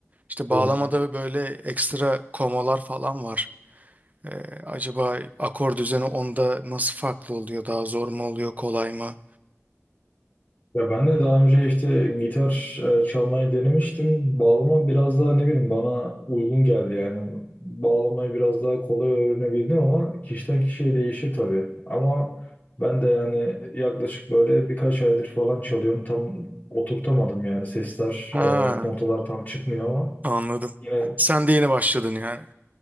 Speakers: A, on the right; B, on the left.
A: İşte bağlamada
B: Evet.
A: böyle ekstra komalar falan var. E, acaba akor düzeni onda nasıl farklı oluyor? Daha zor mu oluyor? Kolay mı?
B: Ya ben de daha önce işte gitar e, çalmayı denemiştim. Bağlama biraz daha ne bileyim bana uygun geldi yani. Bağlamayı biraz daha kolay öğrenebildim ama kişiden kişiye değişir tabii. Ama ben de yani yaklaşık böyle birkaç aydır falan çalıyorum. Tam oturtamadım yani sesler,
A: Ha,
B: e, notalar tam çıkmıyor ama
A: anladım.
B: yine
A: Sen de yeni başladın yani.